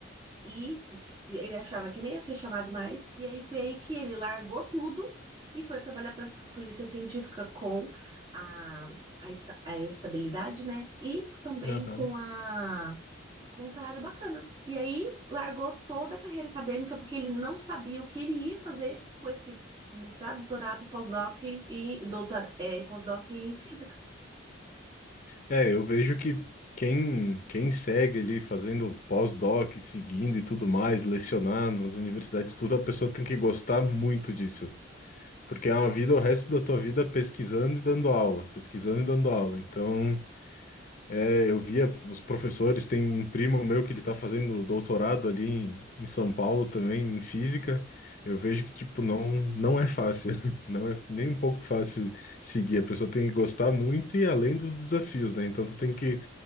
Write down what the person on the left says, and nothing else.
Aham.
É, eu vejo que quem, quem segue ali fazendo pós-doc, seguindo e tudo mais, lecionar nas universidades, tudo, a pessoa tem que gostar muito disso. Porque é uma vida, o resto da tua vida pesquisando e dando aula, pesquisando e dando aula. Então, é, eu via os professores, tem um primo meu que ele está fazendo doutorado ali em, em São Paulo também, em física. Eu vejo que, tipo, não, não é fácil, <laughs> não é nem um pouco fácil seguir. A pessoa tem que gostar muito e além dos desafios, né? Então, tu tem que